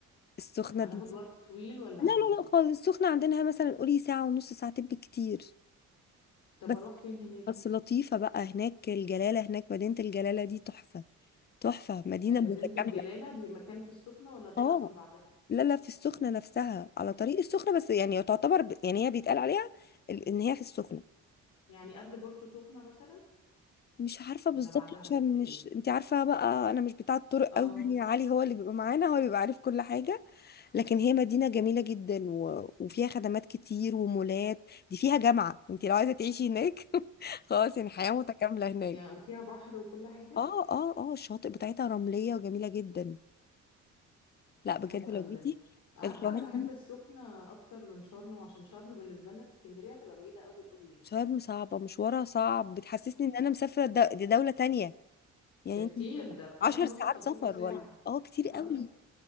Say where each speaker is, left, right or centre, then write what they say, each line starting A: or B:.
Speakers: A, on the left; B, on the left.
A: السخنه
B: هناخد
A: دي
B: وقت طويل والّا
A: لا
B: عادي؟
A: لا لا خالص السخنه عندنا مثلا قولي ساعه ونص ساعتين بالكتير
B: طب
A: بس
B: أروح فين هناك؟
A: بس لطيفه بقى هناك الجلاله هناك مدينه الجلاله دي تحفه تحفه مدينه
B: م
A: متكامله
B: مدينة الجلالة دي مكان في السخنة والّا دي
A: اه
B: أصلًا بعدها؟
A: لا لا في السخنة نفسها على طريق السخنة بس يعني تعتبر ب... يعني هي بيتقال عليها ال- ان هي في السخنة
B: يعني قبل بورتو سخنة مثلًا
A: مش عارفة بالظبط
B: والّا بعدها
A: عشان
B: والّا
A: مش
B: إيه؟
A: انت عارفة بقى انا مش بتاع الطرق
B: آه.
A: قوي يعني علي هو اللي بيبقى معانا هو اللي بيبقى عارف كل حاجة لكن هي مدينة جميلة جدا و... وفيها خدمات كتير ومولات دي فيها جامعة انت لو عايزة تعيشي هناك <laughs> خلاص يعني حياة متكاملة هناك
B: يعني وفيها بحر وكل حاجة
A: اه اه اه الشواطئ بتاعتها رملية وجميلة جدا لا بجد
B: حلو
A: لو
B: قوي
A: جيتي
B: ده عارفة
A: القاهرة
B: أنا بحب السخنة أكتر من شرم عشان شرم بالنسبة لنا في اسكندرية تبقى بعيدة قوي قوي يعني
A: شرم صعبة مشوارها صعب بتحسسني ان انا مسافرة د- دي دولة تانية يعني
B: ده كتير
A: انت مش-
B: ده بتاع
A: عشر
B: 12
A: <laughs> ساعات
B: 13
A: سفر
B: ساعة
A: ولا اه كتير
B: اه
A: قوي